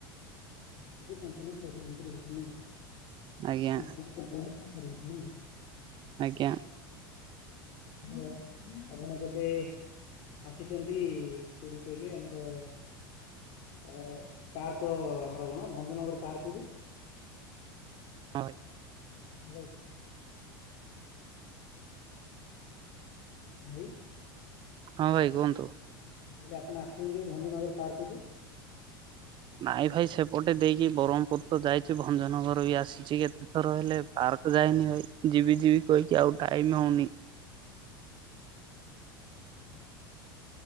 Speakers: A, on the left (about 55°); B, on the right (about 40°).
A: ଉଦୟଗିରି ରୁ ପାଞ୍ଚ ନା ଛ କିଲୋମିଟର ହଉଚି ନେଇକି
B: ଆଜ୍ଞା
A: <unintelligible> <unintelligible> ନେଇକି?
B: ଆଜ୍ଞା।
A: ହ ଆପଣ କେବେ ଆସିଚନ୍ତି କୋଡି କହିଲେ ଆମର ଅ ପାର୍କ ଆମର କଣ ଭଞ୍ଜନଗର ପାର୍କକୁ?
B: ହଁ ଭାଇ।
A: ଭଲ ହେଇଚି? ଭାଇ
B: ହଁ ଭାଇ କୁହନ୍ତୁ।
A: କହିଲି ଆପଣ ଆସିଚନ୍ତି କେବେ ଭଞ୍ଜନଗର ପାର୍କକୁୁ?
B: ନାଇଁ ଭାଇ ସେପଟେ ଦେଇକି ବ୍ରହ୍ମପୁର ତ ଯାଇଛି ଭଞ୍ଜନଗର ବି ଆଶିଚି କେତେ ଥର ହେଲେ ପାର୍କ ଯାଇନି ଭାଇ ଯିବି ଯିବି କହିକି ଆଉ ଟାଇମ ହଉନି।
A: <inaudible>